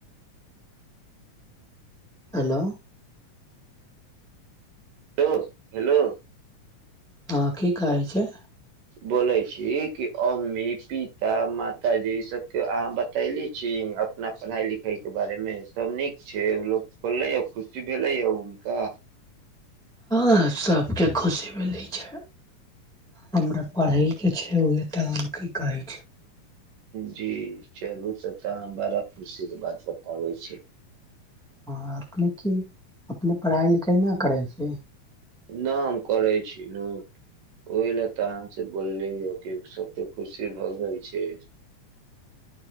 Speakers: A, in the centre; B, on the right (about 85°).
A: हेलो।
B: Hello hello.
A: हँ की कहै छै।
B: बोले छी कि अम्मी पिता मातााजी ई सबके अहाँ बतैली छी अपना पढ़ाई लिखाई के बारे मे सब नीक छै ओ लोग बोलले य खुशी भेले य हुनका।
A: हँ सबके खुशी मिलै छै। हमरा पढ़ई के छै। एक मुखी कहज <inaudible>
B: जी चलू तथा हम हमरा खुुशि के बात बताबै छै।
A: हँ अपने की अपने पढ़ाइ लिखाइ नहि करै छै।
B: नाम करै छी न ओहि ल तहन से बोलली ह कि सबके खुशी भगै छै।